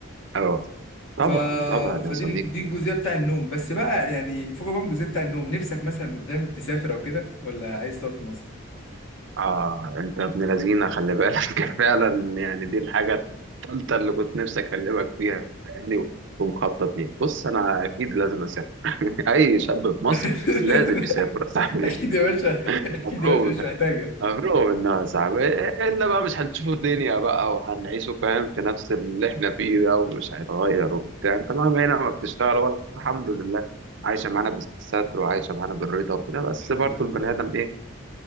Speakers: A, on the right; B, on the left.
A: اه طبعا
B: ف...
A: طبعا
B: فدي
A: يا صديقي
B: ال- دي الجزئيه بتاع النوم بس بقى يعني فوق بقى من الجزئيه بتاع النوم نفسك مثلا قدام تسافر او كده ولا عايز تقعد في مصر؟
A: اه انت ابن لذينه خلي بالك <laughs> كان فعلا يعني دي الحاجه الثالثه اللي كنت نفسي اكلمك فيها يعني ومخطط ليها بص انا اكيد لازم اسافر <laughs> اي شاب في مصر
B: <laughs>
A: لازم يسافر يا صاحبي
B: اكيد
A: <laughs>
B: يا باشا <laughs> اكيد
A: مبروك
B: يا باشا مش محتاجه
A: مفروغ منها صعب الا بقى مش هنشوف الدنيا بقى وهنعيشه فاهم في نفس اللي احنا فيه ده ومش هيتغير وبتاع انت مهما هنا ما بتشتغل ولا الحمد لله عايشه معانا بالستر وعايشه معانا بالرضا وكده بس
B: الحمد
A: برضه
B: لله
A: البني ادم ايه